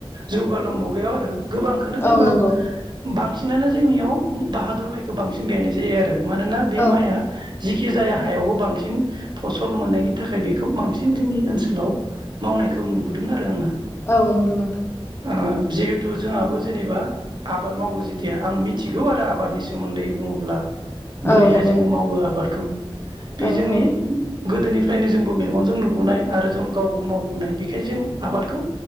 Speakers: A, on the right (about 50°); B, on the left (about 25°).
A: जौगालु मुगायाव आरो गोबांखौनो
B: औ
A: जेनेबा
B: नंगौ
A: बांसिन बांसिनानो जोंनियाव बाहादुर माइखौ बांसिन गायनाय जायो आ रो मानोना बे
B: औ
A: माइआ जिखि जाया हायावबो बांसिन फसल मोननायनि थाखाय बेखौ बांसिन जोंनि ओनसोलाव मावनायखौ नुबोदों आरो आङो
B: औ नंगौ नोंथां
A: ओ जिहेथु जोंहाबो जेनेबा आबाद मावो जेथिया आं मिथिगौ आरो आबादनि सोमोन्दै बुङोब्ला बोरैहाय
B: औ नंगौ
A: जोङो
B: नोंथां
A: मावो आबादखौ बे
B: औ
A: जोंनि
B: औ
A: गोदोनिफ्रायनो जोंबो मेगनजों नुबोनाय आरो जों गाव गाव मावबोनाय बेखायनो जों आबादखौ